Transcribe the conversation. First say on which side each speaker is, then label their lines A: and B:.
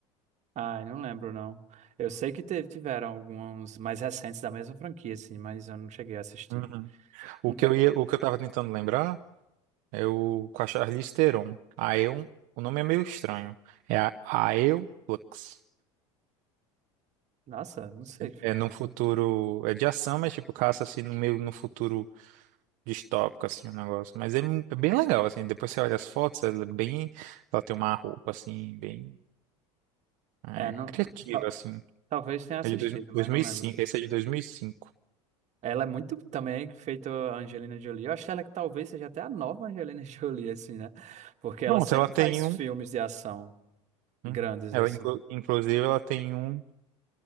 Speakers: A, on the right; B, on the right.
A: Ai, não lembro, não. Eu sei que teve, tiveram alguns mais recentes da mesma franquia, assim, mas eu não cheguei a assistir.
B: Uhum. O
A: Um que...
B: que eu ia, o que eu tava tentando lembrar é o com a Charlize Theron. Aeon, o nome é meio estranho. É a Aeon Flux.
A: Nossa, não sei que filme
B: É, é num
A: é esse.
B: futuro. É de ação, mas tipo, caça assim no meio no futuro distópico, assim, o negócio. Mas é, é bem legal, assim. Depois você olha as fotos, ela é bem. Ela tem uma roupa, assim, bem é,
A: É, não...
B: criativa,
A: tal-
B: assim.
A: talvez tenha assistido,
B: É de dois, 2005.
A: mas não lembro.
B: Esse é de 2005.
A: Ela é muito também feito a Angelina Jolie. Eu acho que ela é que talvez seja até a nova Angelina <laughs> Jolie, assim, né? Porque
B: Pronto,
A: ela sempre
B: ela tem
A: faz
B: um.
A: filmes de ação grandes,
B: um- Ela,
A: assim.
B: inclu- inclusive, ela tem um